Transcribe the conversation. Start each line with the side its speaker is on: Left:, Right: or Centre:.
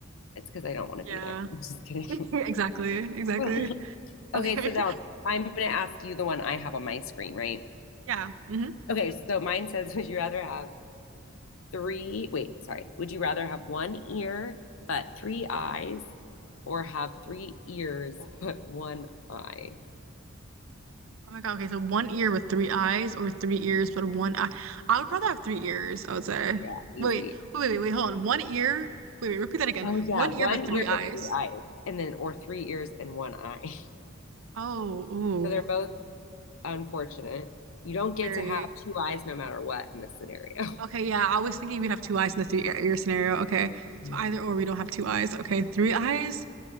Left: It's because I don't want to
Right: yeah.
Left: be there. <laughs> I'm just kidding.
Right: <laughs> Exactly, exactly.
Left: <laughs> Okay,
Right: Okay.
Left: so
Right: <laughs>
Left: now I'm going to ask you the one I have on my screen, right?
Right: Yeah. hmm
Left: Okay, so mine says, would you rather have three? Wait, sorry. Would you rather have one ear but three eyes, or have three ears but one eye?
Right: Oh my God. Okay. So one ear with three eyes or three ears but one eye. I would rather have three ears, I would say.
Left: Yeah, easy.
Right: Wait, wait, wait, wait, wait, hold on. One ear. Wait, wait, repeat that again.
Left: Oh yeah,
Right: One ear
Left: one
Right: but three
Left: ear
Right: eyes.
Left: but three eyes, and then or three ears and one eye. <laughs>
Right: Oh, ooh.
Left: So they're both unfortunate. You don't
Right: Very.
Left: get to have two eyes no matter what in this scenario.
Right: Okay, yeah. I was thinking we'd have two eyes in the three ear ear scenario. Okay.
Left: Mm.
Right: So either or we don't have two eyes. Okay. Three eyes.